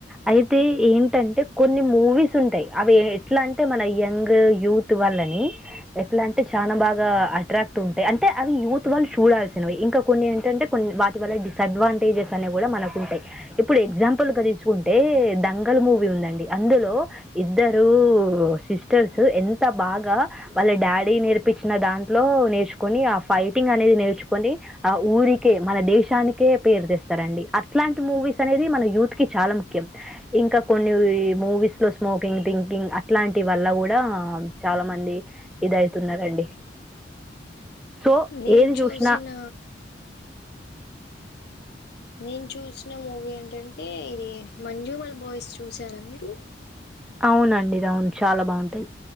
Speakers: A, in the centre; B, on the left.
A: అయితే ఏంటంటే కొన్ని మూవీస్ ఉంటాయి అవి ఎట్లా అంటే మన యంగ్ యూత్ వాల్లని ఎట్లా అంటే చాలా బాగా అట్రాక్ట్ ఉంటాయి అంటే అవి యూత్వి వాళ్ళు చూడాల్సినవి ఇంకా కొన్ని అంటే కొన్ని వాటి వల్ల డిస్ అడ్వాంటేజెస్ అనే కూడా మనకు ఉంటాయి ఇప్పుడు ఎగ్జాంపుల్ గా తీసుకుంటే డంగల్ మూవీ ఉందండి అందులో ఇద్దరు సిస్టర్స్ ఎంత బాగా వాళ్ళ డాడీ నేర్పించిన దాంట్లో నేర్చుకొని ఆ ఫైటింగ్ అనేది నేర్చుకొని ఆ ఊరికి మన దేశానికే పేరు తెస్తారండి అట్లాంటి మూవీస్ అనేది మన యూత్ కి చాలా ముఖ్యం ఇంకా కొన్ని మూవీస్ లో స్మోకింగ్ థింకింగ్ అట్లాంటి వల్ల కూడా చాలా మంది ఇది అయితున్నదండీ సో
B: నేను
A: ఏది చూసినా
B: చూసిన నేను చూసిన మూవీ ఏంటంటే ఇది మంజుమల్ బాయ్స్ చూసారా మీరు
A: అవునండి ఇది అవును చాలా బాగుంటు